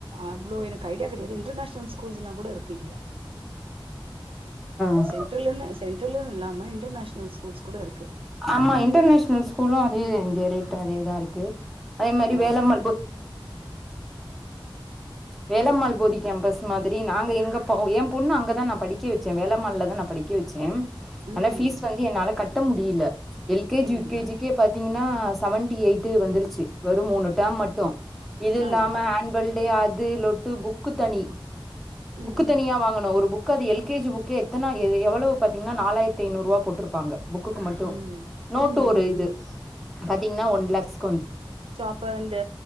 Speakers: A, on the right; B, in the centre.
A: அவ்ளோ எனக்கு ஐடியா கெடையாது டர் நேஷனல் ஸ்கூல்ஸ் எல்லா கூட இருக்கு இங்க
B: ஆ
A: சென்ட்ரல ஒன்னு சென்ட்ரலந் இல்லாம இன்டர்நேஷ்னல் ஸ்கூல்ஸ் கூட இருக்கு
B: ஆமா இன்டர் நேஷ்னல் ஸ்கூலு அதே இங்க ரேட் அதேதாருக் க்கு அதே மாரி
A: ஆஹ.
B: வேலம்மாள் வேலம்மாள் போதி கேம்பஸ் மாதிரி நாங்க எங்க என் பொண்ணு அங்கதா நா படிக்க வச்சே வேலம்மால்லதா நா படி க்க வச்சே
A: ம்.
B: ஆனா பீஸ் வந்து என்னால கட்ட முடியல எல்கேஜி
A: ம்ஹ்ம்.
B: யுகேஜிேக்கே பாத்தீங்கன்னா அ செவன்டி எய்ட்டி வந்துருச்சு வெறு மூணு டர்ம் மட்டு இது இல்லாம
A: ஆமா.
B: ஆன்வல் டே அதுலொட்டு புக்கு தனி
A: ம்
B: புக்கு தனியா வாங்கணு ஒரு புக் க்கு அது எல்கேஜி புக்கு எத்தன எவ்வளோ பாத்தீங்கன்னா நாலாயிரத்து ஐநூறுவா போட்ருப்பாங்க புக்குக்கு மட்டு
A: ம்
B: நோட்டு
A: ம்
B: ஒரு
A: ம்
B: இது
A: ம்
B: பாத்தீங்கன்னா ஒன் லாக்ஸ்
A: சோ அப்ப இந்த